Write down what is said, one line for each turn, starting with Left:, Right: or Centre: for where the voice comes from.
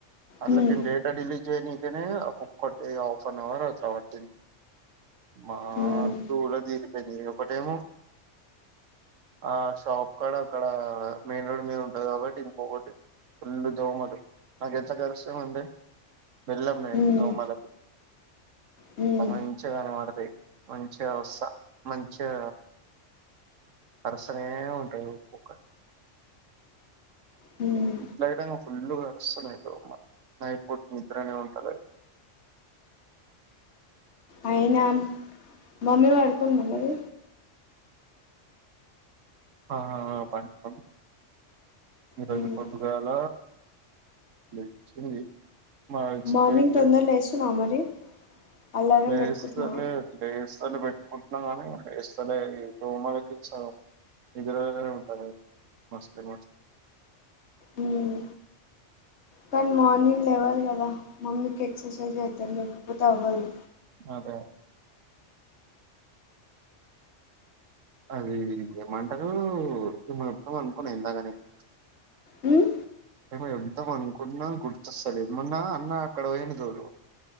Right: అల్ల
Left: హ్మ్
Right: దీని డేటడిలిట్ జనీకనే ఒక్కొక్కటి హాఫ్ అన్ అవర్ అట్లా పట్టింది మా
Left: హ్మ్
Right: దూల తీరిపోయింది ఒకటేమో ఆ షాప్ కాడా అక్కడ మెయిన్ రోడ్ మీద ఉంటంది కాబట్టి ఇంకోకటి ఫుల్ దోమలు నాకు ఎట్ల కురుస్తాయి ముందే బెల్లం నేను
Left: హ్మ్
Right: దోమలకు
Left: హ్మ్
Right: అ మంచి గా కనబడతాయి మంచిగ వస్తా మంచిగా కరుస్తానే ఉంటాయి ఒక్కొక్కటి
Left: హ్మ్
Right: ఇట్లా అయితే కర్సన్యిమ్మా నైట్ పోట్ నిదరనే ఉంటాల
Left: అయిన మమ్మీ వడుకుందా మరి
Right: ఆ పడుకుంది ఈరోజు
Left: హ్మ్.
Right: పొద్దుగాల లేచింది మా ఎక్సర్సైజ్
Left: మార్నింగ్ తొందర లేస్తున్నావా మరి అలారం
Right: లేస్తానే
Left: పెట్టుకుంటున్నా
Right: లేస్తానే పెట్టుకుంటా కుంటున్నాం నీ ఇస్తడ ఈ రూములకి ఇదురు ఉంటాంది మస్ మ
Left: మ్మ్ కానీ మార్నింగ్ లేవ్వాలి కదా మమ్మీకి ఎక్సర్సైజ్ అయితది లేకపోతే అవ్వదు.
Right: అదే అది ఏమంటారు ఏమో చెప్దాం అనుకున్నా ఇందాక నీకు
Left: మ్మ్
Right: ఏమో చెప్దాం అనుకున్నా గుర్తొస్తలేదు. మోన్నా అన్న అక్కడ పోయిండు చూడు